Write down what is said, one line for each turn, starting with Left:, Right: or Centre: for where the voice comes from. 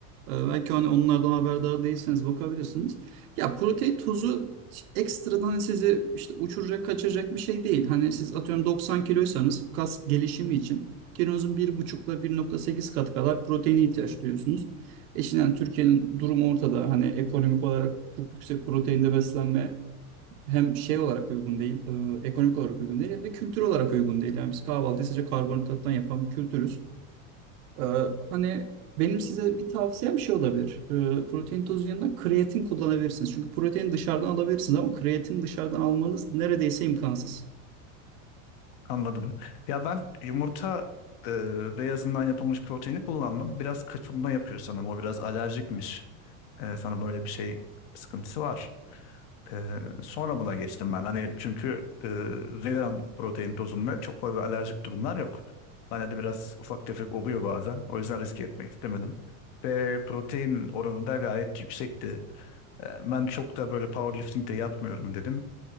Right: ee, Belki hani onlardan haberdar değilseniz bakabilirsiniz. Ya protein tozu ekstradan hani sizi işte uçuracak, kaçıracak bir şey değil. Hani siz atıyorum 90 kiloysanız kas gelişimi için kilonuzun 1,5 ile bir nokta sekiz kat kadar proteine ihtiyaç duyuyorsunuz. E şimdi yani Türkiye'nin durumu ortada. Hani ekonomik olarak çok yüksek proteinde beslenme hem şey olarak uygun değil, e, ekonomik olarak uygun değil hem de kültür olarak uygun değil. Yani biz kahvaltıyı sadece karbonhidrattan yapan bir kültürüz. Ee, hani benim size bir tavsiyem şey olabilir. Ee, protein tozu yanında kreatin kullanabilirsiniz. Çünkü protein dışarıdan alabilirsiniz ama kreatin dışarıdan almanız neredeyse imkansız.
Left: Anladım. Ya ben yumurta e, beyazından yapılmış proteini kullandım. Biraz kaçınma yapıyor sanırım. O biraz alerjikmiş. E, sanırım öyle bir şey sıkıntısı var. E, sonra buna geçtim ben. Hani çünkü e, vegan protein tozunda çok fazla alerjik durumlar yok. bana de biraz ufak tefek oluyor bazen. O yüzden riske etmek istemedim. Ve protein oranı da gayet yüksekti. E, ben çok da böyle powerlifting de yapmıyorum dedim.